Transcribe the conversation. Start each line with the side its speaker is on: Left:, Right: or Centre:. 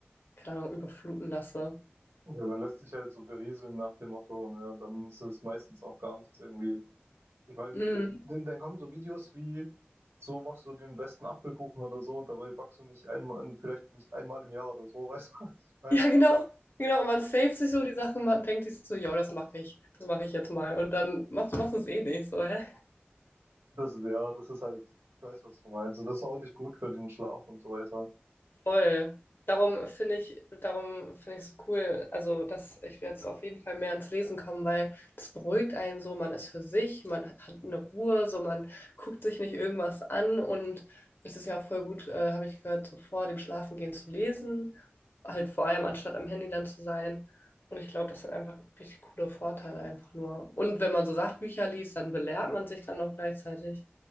Left: keine Ahnung, überfluten lasse.
Right: Ja, man lässt sich halt so berieseln nach dem Motto, ne? Und dann ist es meistens auch gar nichts irgendwie. Ich meine,
Left: Mhm. <laughs>
Right: dann, dann kommen so Videos wie, so machst du den besten Apfelkuchen oder so und dabei backst du nicht einmal, vielleicht nicht einmal im Jahr oder so, <laughs> weißt du, was ich meine?
Left: Ja, genau. Genau, und man saved sich so die Sachen, man denkt sich so, yo, das mache ich, das mache ich jetzt mal. Und dann machst, machst du es eh nicht, so, hä?
Right: Das ist, ja, das ist halt, ich weiß, was du meinst. Und das ist auch nicht gut für den Schlaf und so weiter.
Left: Voll. Darum finde ich, darum finde ich so cool, also dass ich will jetzt auf jeden Fall mehr ans Lesen kommen, weil das beruhigt einen so, man ist für sich, man hat hat eine Ruhe, so man guckt sich nicht irgendwas an und es ist ja auch voll gut, äh, habe ich gehört, so vor dem Schlafengehen zu lesen, halt vor allem anstatt am Handy dann zu sein. Und ich glaube, das hat einfach richtig coole Vorteile einfach nur. Und wenn man so Sachbücher liest, dann belehrt man sich dann noch gleichzeitig.